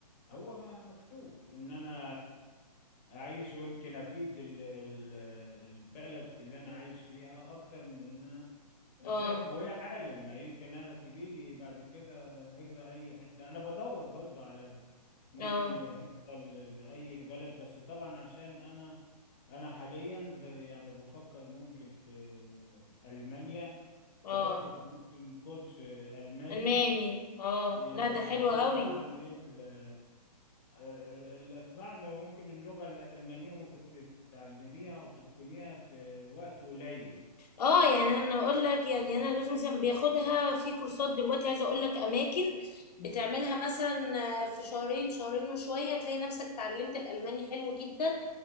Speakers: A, on the left; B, on the left.
A: هو ما مكتوب ان انا اعيش ويمكن افيد ال- ال- البلد اللي انا عايش فيها اكتر من ان انا اسافر
B: اه
A: ويا عالم ما يمكن انا تجيلي بعد كده هجرة اي حتة انا بدور برضو على ممكن
B: اه
A: هجرة ل- لأي بلد بس طبعا عشان انا انا حاليا ب... يعني بفكر ممكن في المانيا
B: اه
A: فباخد ممكن كورس الماني
B: الماني اه
A: ي-
B: لا ده حلو
A: عشان
B: قوي
A: طبعا ايه ال- اللي اسمع انه ممكن اللغه الالمانيه ممكن تتعلميها وتتقنيها في وقت قليل
B: اه يعني انا من اقول لك يعني انا جوزي مثلا بياخدها في كورسات دلوقتي عايزه اقول لك اماكن بتعملها مثلا في شهرين شهرين وشويه تلاقي نفسك اتعلمت الالماني حلو جدا